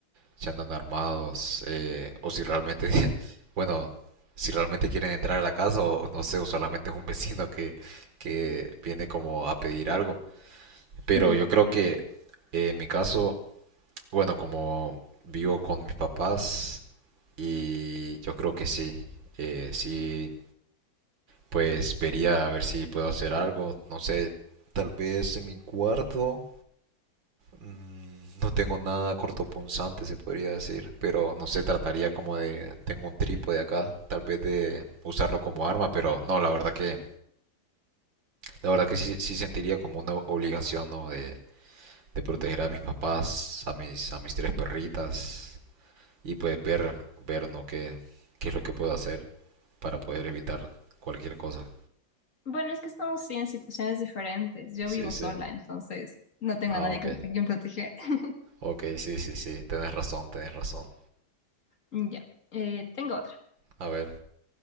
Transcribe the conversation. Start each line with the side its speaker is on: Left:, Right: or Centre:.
Right: si andan armados, eh, o si realmente, <laughs> bueno, si realmente quieren entrar a la casa, o no sé, o solamente es un vecino que, que viene como a pedir algo. Pero
Left: Ujú.
Right: yo creo que eh, en mi caso, bueno, como vivo con mis papás, y yo creo que sí, eh, sí, pues vería a ver si puedo hacer algo, no sé, tal vez en mi cuarto Mm, No tengo nada cortopunzante, se podría decir, pero no sé, trataría como de, tengo un trípode acá, tal vez de usarlo como arma, pero no, la verdad que, la verdad que sí, sí sentiría como una obligación, ¿no? De, de proteger a mis papás, a mis, a mis tres perritas y pues ver, ver, ¿no? Qué, qué es lo que puedo hacer para poder evitar cualquier cosa.
Left: Bueno, es que estamos sí en situaciones diferentes. Yo
Right: Sí,
Left: vivo
Right: sí.
Left: sola, entonces no tengo
Right: Ah,
Left: a nadie
Right: ok.
Left: con- a quien proteger. <laughs>
Right: Ok, sí, sí, sí. Tenés razón, tenés razón.
Left: Ya, eh, tengo otra.
Right: A ver.